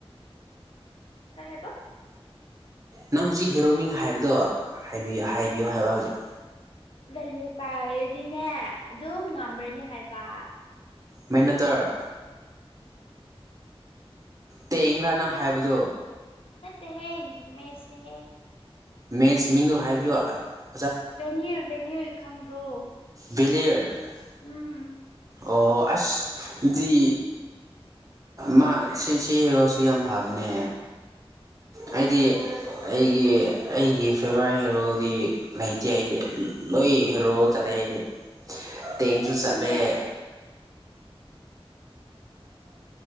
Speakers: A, on the left; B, on the right.
A: ꯀꯩ ꯍꯥꯏꯕ
B: ꯅꯪ ꯍꯧꯖꯤꯛ ꯍꯦꯔꯣꯃꯤꯡ ꯍꯥꯏꯕꯗꯣ ꯍꯥꯏꯕꯤꯌꯣ ꯍꯥꯏꯕꯤꯌꯣ ꯍꯥꯏꯕ ꯍꯧꯖꯤꯛ
A: ꯚꯦꯂꯤꯌꯔ ꯄꯥꯏꯔꯗꯤꯅꯦ ꯑꯗꯨꯝ ꯉꯝꯔꯅꯤ ꯍꯥꯏꯕ
B: ꯃꯩꯅꯇꯔ ꯇꯦꯡꯔꯥ ꯅꯪ ꯍꯥꯏꯕꯗꯣ
A: ꯅꯠꯇꯦꯍꯦ ꯃꯦꯁꯅꯦꯍꯦ
B: ꯃꯦꯁ ꯃꯤꯡꯗꯣ ꯍꯥꯏꯕꯤꯌꯣ ꯑ
A: ꯚꯦꯅꯤꯔ ꯚꯦꯅꯤꯔ ꯈꯪꯗ꯭ꯔꯣ
B: ꯕꯦꯂꯤꯌꯔ
A: ꯎꯝ
B: ꯑꯣ ꯑꯁ ꯑꯗꯨꯗꯤ ꯃꯥ ꯁꯤ ꯁꯤ ꯍꯦꯔꯣꯁꯤ ꯌꯥꯝ ꯐꯕꯅꯦ
A: ꯍꯣꯏ
B: ꯑꯩꯗꯤ ꯑꯩꯒꯤ ꯑꯩꯒꯤ ꯐꯦꯚꯣꯔꯥꯏꯠ ꯍꯦꯔꯣꯗꯤ ꯂꯩꯇꯦ ꯑꯩꯗꯤ ꯂꯣꯏ ꯍꯦꯔꯣ ꯆꯠꯂꯦ ꯑꯩꯗꯤ
A: <inaudible>
B: ꯇꯦꯡꯁꯨ
A: ꯑꯩꯁꯨꯅꯦ
B: ꯆꯠꯂꯦ